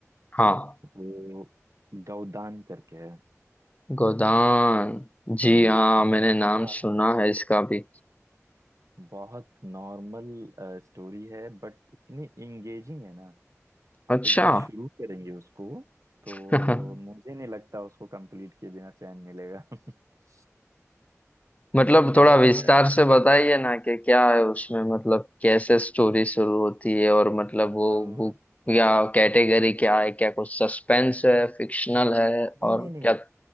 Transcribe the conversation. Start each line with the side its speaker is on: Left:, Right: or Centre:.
Left: हाँ
Right: वो गोदान करके है
Left: गोदान जी
Right: हाँ
Left: हाँ मैंने नाम
Right: बहुत
Left: सुना है इसका भी
Right: बहुत नॉर्मल स्टोरी है बट इतनी इंगेजिंग है ना
Left: अच्छा
Right: आप एक बार शुरू करेंगे उसको तो
Left: <laughs>
Right: मुझे नहीं लगता उसको कंप्लीट किए बिना चैन मिलेगा <laughs>
Left: मतलब
Right: मतलब
Left: थोड़ा
Right: मजा
Left: विस्तार
Right: आ जाएगा
Left: से बताइए ना कि क्या है उसमें मतलब कैसे स्टोरी शुरू होती है और मतलब
Right: आ,
Left: वो बुक या कैटेगरी क्या है क्या कुछ सस्पेंस है फिक्शनल है
Right: नहीं
Left: और
Right: नहीं नहीं
Left: क्या